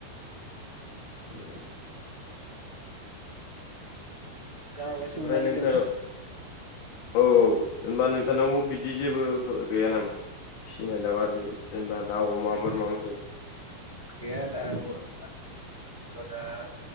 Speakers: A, on the left; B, on the right.
A: उम।
B: थाङा माबा सोंनो
A: ओमफ्राय
B: नागिरदोंमोन?
A: नोंथां औ औ होनबा नोंथांनाव बिदि जेबो गैया नामा फिसिनाय दाउ आरो जेनेबा दाउ अमा
B: <unintelligible>
A: बोरमा मोसौ
B: ओरैनोथ' दा